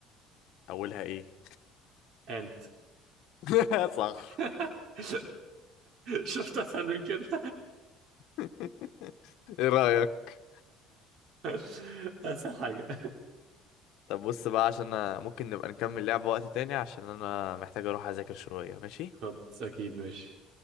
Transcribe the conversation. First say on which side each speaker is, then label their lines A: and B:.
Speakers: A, on the left; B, on the right.
A: اولها ايه
B: أنت
A: <laughs> صح
B: <laughs> شفت أسهل من كده
A: <laughs> ايه رأيك
B: <laughs> أسهل حاجة
A: طب بص بقى عشان أنا ممكن نبقى نكمل لعبة وقت تاني عشان انا محتاج اروح اذاكر شوية ماشي
B: خلاص أكيد ماشي